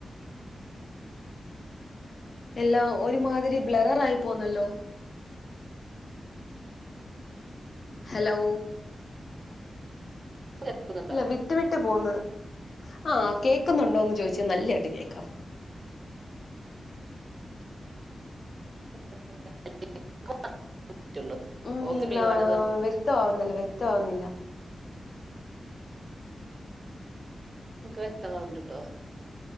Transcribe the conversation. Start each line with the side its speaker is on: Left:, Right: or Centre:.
Left: എല്ലാം ഒരുമാതിരി ബ്ലറർ ആയി പോന്നല്ലോ. ഹലോ
Right: കേൾക്കുന്നുണ്ടോ
Left: ഇല്ല വിട്ട് വിട്ട് പോന്ന് ആഹ് കേക്കുന്നുണ്ടോന്ന് ചോദിച്ചാ നല്ലയായിട്ട് കേക്കാം
Right: <unintelligible>
Left: ഉം
Right: ഓക്ക്
Left: ഇല്ല
Right: മീൻ വേണം നിർബന്ധം.
Left: വ്യക്താവുന്നില്ല വ്യക്താവുന്നില്ല
Right: എനക്ക് വ്യക്തമാ ഉണ്ട്ട്ടോ